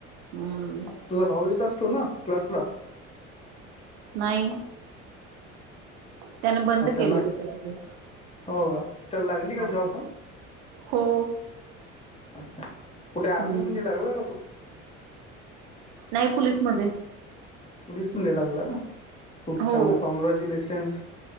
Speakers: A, on the right; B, on the left.
A: हम्म
B: तुझा भाऊ येत असतो ना. क्लासला
A: नाही त्याने बंद
B: अच्छा
A: केले
B: नाही
A: ते क्लासेस.
B: हो का तर लागली का
A: हो
B: जॉब मग?
A: हो
B: अच्छा कुठे आर्मी
A: हम्म
B: मध्ये लागला का तो?
A: नाही पोललीसमध्ये.
B: पोलीस मध्ये लागला खूप
A: हो
B: छान कॉँग्रॅच्युलेशन्स.